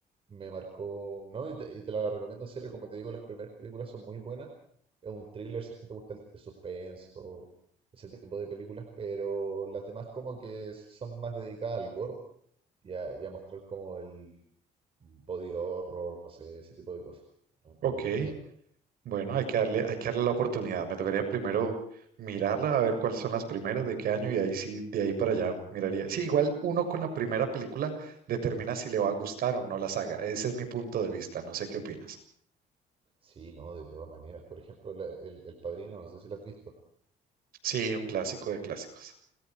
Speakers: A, on the right; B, on the right.
A: me marcó, ¿no? Y te, y te la recomiendo en serio, como te digo, las primeras películas son muy buenas. Es un thriller, si es que te gusta el, el suspenso, ese tipo de películas, pero las demás como que son más dedicadas al gore y a, y a mostrar como el body horror, no sé, ese tipo de cosas. No, no
B: Ok,
A: me gusta tanto.
B: bueno, hay que darle,
A: Sí,
B: hay que darle la oportunidad. Me tocaría primero mirarla, a ver cuáles son las primeras, de qué año, y ahí sí, de ahí para allá miraría. Sí, igual uno con la primera película determina si le va a gustar o no la saga. Ese es mi punto de vista, no sé qué opinas.
A: Sí, no, de todas maneras. Por ejemplo, la- el, el Padrino, no sé si lo has visto.
B: Sí, un clásico de clásicos,